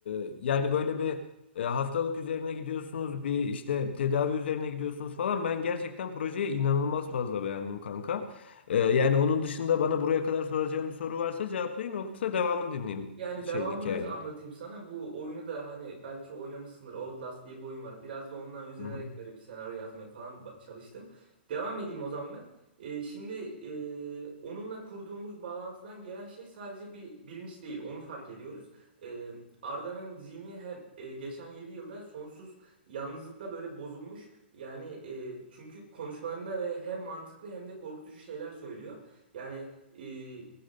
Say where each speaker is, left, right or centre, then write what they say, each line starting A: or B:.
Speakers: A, on the left (about 65°); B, on the right (about 55°).
A: e, yani böyle bir e, hastalık üzerine gidiyorsunuz, bir işte tedavi üzerine gidiyorsunuz falan. Ben gerçekten projeyi inanılmaz fazla beğendim kanka. E, yani onun dışında bana buraya kadar soracağım bir soru varsa cevaplayayım yoksa devamını dinleyeyim
B: Yani
A: şeyin
B: devamını
A: hikayenin.
B: anlatayım sana. Bu oyunu da hani belki oynamışsındır. Outlast diye bir oyun var. Biraz da ondan özenerek
A: Hı hı.
B: böyle bir senaryo yazmaya falan ba- çalıştım. Devam edeyim o zaman ben. Ee, şimdi e, onunla kurduğumuz bağlantıdan gelen şey sadece bir bilinç değil. Onu fark ediyoruz. Ee, Arda'nın zihni hem e, geçen 7 yılda sonsuz yalnızlıkta böyle bozulmuş. Yani e, çünkü konuşmalarında ve hem mantıklı hem de korkutucu şeyler söylüyor. Yani e,